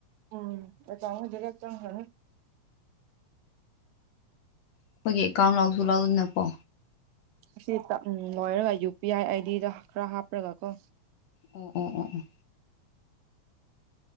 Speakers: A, on the right; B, on the left.
A: ꯎꯝ ꯑꯦꯀꯥꯎꯟꯗ ꯗꯥꯏꯔꯦꯛ ꯆꯪꯈꯔꯅꯤ
B: ꯑꯩꯈꯣꯏꯒꯤ ꯑꯦꯀꯥꯎꯟ ꯂꯥꯎꯁꯨ ꯂꯥꯎꯗꯅꯀꯣ
A: ꯑꯁꯤ ꯎ ꯂꯣꯏꯔꯒ ꯌꯨ ꯄꯤ ꯑꯥꯏ ꯑꯥꯏꯗꯤꯗ ꯈꯔ ꯍꯥꯞꯄ꯭ꯔꯒ ꯀꯣ
B: ꯑꯣ ꯑꯣ ꯑꯣ ꯑꯣ